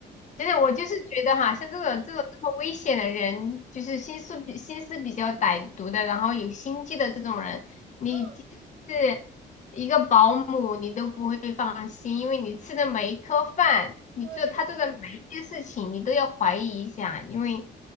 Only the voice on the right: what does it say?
嗯
嗯，
对，